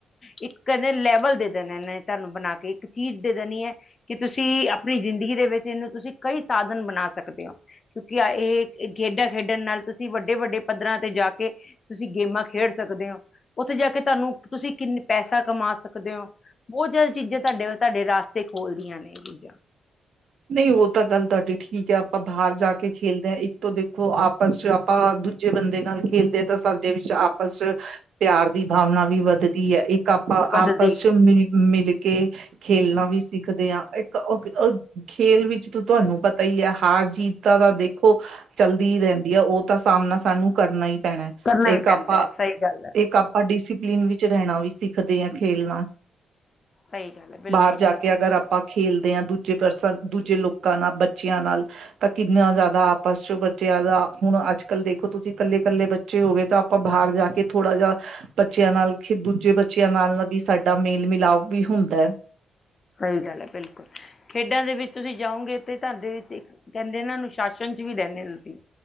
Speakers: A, on the left; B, on the right.
A: ਇੱਕ ਕਹਿੰਦੇ ਲੈਵਲ ਦੇ ਦੇਣੇ ਤੁਹਾਨੂੰ ਬਣਾ ਕੇ ਇੱਕ ਚੀਜ਼ ਦੇ ਦੇਣੀ ਹੈ ਕਿ ਤੁਸੀਂ ਆਪਣੀ ਜ਼ਿੰਦਗੀ ਦੇ ਵਿੱਚ ਇਹਨੂੰ ਤੁਸੀਂ ਕਈ ਸਾਧਨ ਬਣਾ ਸਕਦੇ ਹੋ ਕਿਉਂਕਿ ਇਹ ਖੇਡਾਂ ਖੇਡਣ ਨਾਲ ਤੁਸੀਂ ਵੱਡੇ ਵੱਡੇ ਪੱਧਰਾਂ ਤੇ ਜਾ ਕੇ ਤੁਸੀਂ ਗੇਮਾਂ ਖੇਡ ਸਕਦੇ ਹੋ ਉੱਥੇ ਜਾ ਕੇ ਤੁਹਾਨੂੰ ਤੁਸੀਂ ਪੈਸਾ ਕਮਾ ਸਕਦੇ ਹੋ ਬਹੁਤ ਜ਼ਿਆਦਾ ਚੀਜ਼ਾਂ ਤੁਹਾਡੇ ਤੁਹਾਡੇ ਰਸਤੇ ਖੋਲਦੀਆਂ ਨੇ ਇਹ ਚੀਜ਼ਾਂ
B: ਨਹੀਂ ਉਹ ਤਾਂ ਗੱਲ ਤੁਹਾਡੀ ਠੀਕ ਹੈ ਆਪਾਂ ਬਾਹਰ ਜਾ ਕੇ ਖੇਲਦੇ ਹੈ ਇੱਕ ਤੋਂ ਦੇਖੋ ਆਪਸ ਚ ਆਪਾਂ ਦੂਜੇ ਬੰਦੇ ਨਾਲ ਖੇਲਦੇ ਆ ਤਾਂ ਸਾਡੇ ਵਿੱਚ ਆਪਸ ਪਿਆਰ ਦੀ ਭਾਵਨਾ ਵੀ ਵੱਧਦੀ ਹੈ ਇੱਕ ਆਪਾਂ
A: ਵੱਧਦੀ
B: ਆਪਸ ਚ
A: ਹੈ
B: ਮਿਲ ਮਿਲ ਕੇ ਖੇਲਨਾ ਵੀ ਸਿੱਖਦੇ ਆ ਇੱਕ ਓ ਖੇਲ ਵਿੱਚ ਤ ਤੁਹਾਨੂੰ ਪਤਾ ਈ ਹੈ ਹਾਰ ਜੀਤ ਤਾਂ ਤਾਂ ਦੇਖੋ ਚੱਲਦੀ ਰਹਿੰਦੀ ਐ ਉਹ ਤਾਂ ਸਾਮਨਾ ਸਾਨੂੰ ਕਰਨਾ ਈ ਪੈਨਾ
A: ਕਰਨਾ ਹੀ
B: ਇੱਕ
A: ਪੈਂਦਾ
B: ਆਪਾਂ
A: ਹੈ ਸਹੀ ਗੱਲ ਹੈ
B: ਇੱਕ ਆਪਾਂ ਡਿਸਪਲਿਨ ਵਿੱਚ ਰਹਿਣਾ ਵੀ ਸਿਖ ਦੇਖਦੇ ਆ ਖੇਲਨਾ,
A: ਸਹੀ ਗੱਲ ਹੈ ਬਿਲਕੁਲ
B: ਬਾਹਰ ਜਾ
A: ਬਿਲਕੁਲ
B: ਕੇ ਅਗਰ ਆਪਾਂ ਖੇਲਦੇ ਆ ਦੂਜ ਦੂਜੇ ਪਰਸਨ ਦੂਜੇ ਲੋਕਾਂ ਨਾਲ ਬੱਚਿਆਂ ਨਾਲ ਤਾਂ ਕਿੰਨਾ ਜ਼ਿਆਦਾ ਆਪਸ ਚ ਬੱਚਿਆਂ ਦਾ ਹੁਣ ਅੱਜ ਕੱਲ ਦੇਖੋ ਤੁਸੀਂ ਕੱਲੇ ਕੱਲੇ ਬੱਚੇ ਹੋ ਗਏ ਤਾਂ ਆਪਾਂ ਬਾਹਰ ਜਾ ਕੇ ਥੋੜਾ ਜਾ ਬੱਚਿਆਂ ਨਾਲ ਖਿਦੂ ਬੱਚਿਆਂ ਨਾਲ ਵੀ ਸਾਡਾ ਮੇਲ ਮਿਲਾਪ ਵੀ ਹੁੰਦਾ।
A: ਸਹੀ ਗੱਲ ਐ ਬਿਲਕੁਲ। ਖੇਡਾਂ ਦੇ ਵਿੱਚ ਤੁਸੀਂ ਜਾਓਂਗੇ ਤੇ ਤੈਡੇ ਚ ਇੱਕ ਕਹਿੰਦੇ ਨਾ ਅਨੂੰਸਾਸ਼ਨ ਚ ਵੀ ਰੈਨੇ ਤੁਸੀਂ।